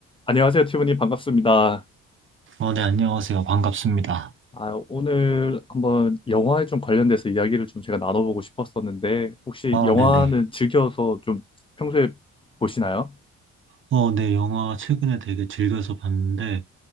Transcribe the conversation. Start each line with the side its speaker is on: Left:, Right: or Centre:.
Left: 안녕하세요, 티브님 반갑습니다.
Right: 어, 네, 안녕하세요. 반갑습니다.
Left: 아, 오늘 한번 영화에 좀 관련돼서 이야기를 좀 제가 나눠보고 싶었었는데 혹시
Right: 아,
Left: 영화는
Right: 네네.
Left: 즐겨서 좀 평소에 보시나요?
Right: 어, 네, 영화 최근에 되게 즐겨서 봤는데,